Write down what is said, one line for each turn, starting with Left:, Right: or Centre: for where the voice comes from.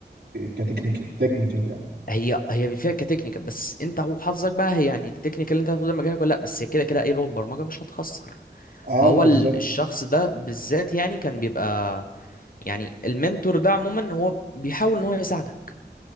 Right: كتكنيك تكنيكال يعني
Left: هي هي فيها كتكنيكال بس انت وحظك بقى هي يعني التكنيكال اللي انت هتاخده ده مجالك ولا لا بس هي كده كده اي لغة برمجة مش هتخسر
Right: اه
Left: فهو
Right: بالظبط
Left: ال- الشخص ده بالذات يعني كان بيبقى يعني المنتور ده عموما هو بيحاول ان هو يساعدك